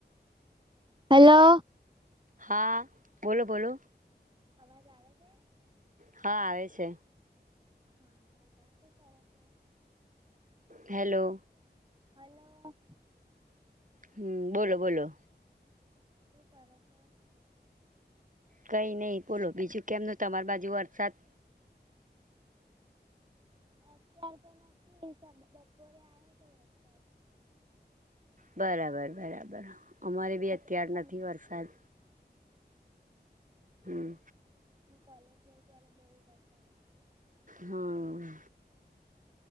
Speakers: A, on the right; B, on the right.
A: hello
B: હા બોલો બોલો
A: અવાજ આવે છે?
B: હા આવે છે.
A: હા બોલો શું કરો છે?
B: હેલો.
A: હલો.
B: હમમ બોલો બોલો.
A: શું કરો છો?
B: કઈ નય બોલો બીજું કેમનું તમારી બાજુ વરસાદ.
A: અત્યાર તો નથી બપોરે આયો તો વરસાદ.
B: બરાબર બરાબર અમારે બી
A: હતો
B: અત્યાર
A: વરસાદ તમારે ત્યાં
B: નથી
A: કેમ
B: વરસાદ. હમમ.
A: હું કોલેજ જઈ ત્યારે બો વરસાદ આવ્યો
B: હા.